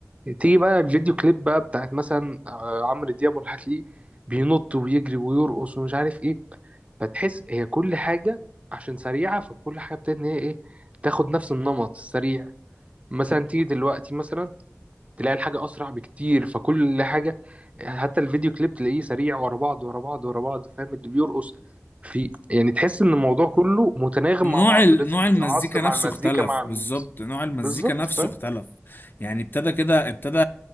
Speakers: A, on the right; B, on the left.
A: تيجي بقى الفيديو كليب بقى بتاعت مثلا آه، عمرو دياب والحتلي بينط ويجري ويرقص ومش عارف ايه فتحس هي كل حاجه عشان سريعه فكل حاجه بتبتدي ان هي ايه تاخد نفس النمط السريع مثلا تيجي دلوقتي مثلا تلاقي الحاجة أسرع بكتير فكل حاجة حتى الفيديو كليب تلاقيه سريع ورا بعض ورا بعض ورا بعض فاهم اللي بيرقص في يعني تحس إن الموضوع كله متناغم
B: نوع
A: مع بعض
B: ال...
A: لازم
B: نوع المزيكا
A: العصر مع
B: نفسه
A: المزيكا
B: اختلف
A: مع الموسيقى
B: بالظبط نوع المزيكا
A: بالظبط
B: نفسه
A: فاهم
B: اختلف يعني ابتدى كده ابتدى